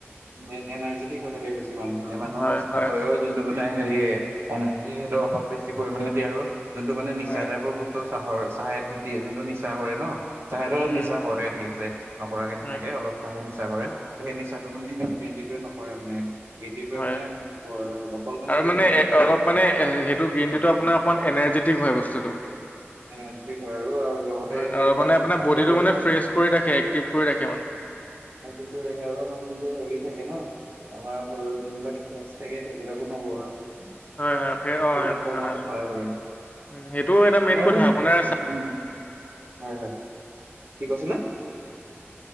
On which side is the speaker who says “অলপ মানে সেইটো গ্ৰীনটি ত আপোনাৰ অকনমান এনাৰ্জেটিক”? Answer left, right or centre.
Left